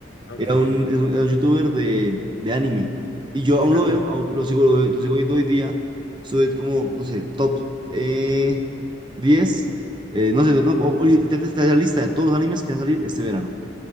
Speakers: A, on the left; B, on the right.
A: Ok,
B: Era un, es un- era un youtuber de, de anime. Y yo
A: Diane,
B: aún lo veo, aún lo sigo, lo, veo- lo sigo viendo hoy día. Sube como, no sé, top eh, 10. eh, no sé, no, no,
A: ok,
B: o- oye, intenta estar la lista de todos los animes que van a salir este verano.